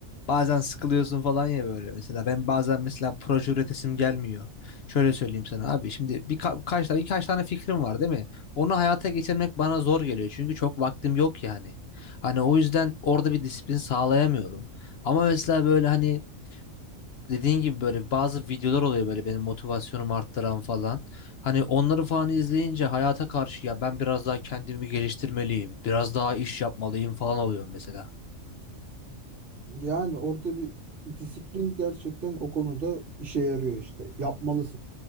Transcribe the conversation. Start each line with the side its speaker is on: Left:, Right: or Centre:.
Left: bazen sıkılıyorsun falan ya böyle mesela. Ben bazen mesela proje üretesim gelmiyor. Şöyle söyleyeyim sana abi şimdi birka- kaç tane birkaç tane fikrim var değil mi? Onu hayata geçirmek bana zor geliyor çünkü çok vaktim yok yani. Hani o yüzden orada bir disiplin sağlayamıyorum. Ama mesela böyle hani dediğin gibi böyle bazı videolar oluyor böyle benim motivasyonumu arttıran falan. Hani onları falan izleyince hayata karşı ya ben biraz daha kendimi geliştirmeliyim, biraz daha iş yapmalıyım falan oluyorum mesela.
Right: Yani orada bir disiplin gerçekten o konuda işe yarıyor işte. Yapmalısın.